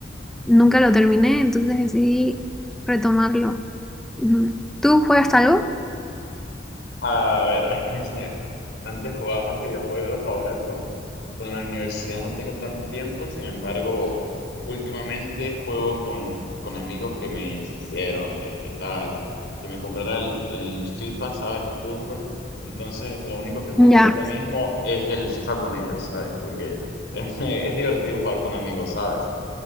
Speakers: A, in the centre; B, on the left.
A: nunca lo terminé, entonces decidí retomarlo. Ujú. ¿Tú juegas algo?
B: A ver, <laughs> Antes jugaba más videojuegos, ahora con, con la universidad no tengo tanto tiempo, sin embargo, últimamente juego con, con amigos que me insistieron de qué tal, que me comprara el, el FIFA, ¿sabes? De fútbol. Entonces, lo único que juego
A: Ya.
B: ahorita mismo es el FIFA con ellos, ¿sabes? Porque <laughs> es, divertido jugar con amigos, ¿sabes?